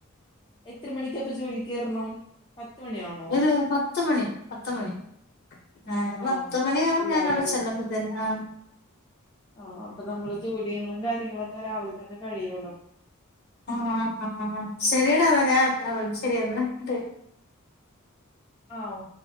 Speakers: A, on the left; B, on the left.
A: എത്ര മണിക്കപ്പ ജോലിക്ക് കേറണം? പത്ത് മണിയാവൊ
B: ഒര് പത്തുമണി പത്തുമണി ഏഹ്
A: ആ
B: പത്തുമണിയാവും
A: അപ്പൊ കൊഴപ്പില്ലല്ലേ
B: ഞാനവടെ ചെല്ലുമ്പ ത്തിന് ആഹ്
A: ആഹ് അപ്പൊ നമ്മള് ജോലികളും കാര്യങ്ങളൊക്കെ രാവിലെ തന്നെ കഴിയൂല്ലോ.
B: ആഹ് ആഹ്. ശെരിയെടാന്നാ ഞാൻ, ആഹ് ശരിയെന്നാ <unintelligible>
A: ആഹ് ഓഹ്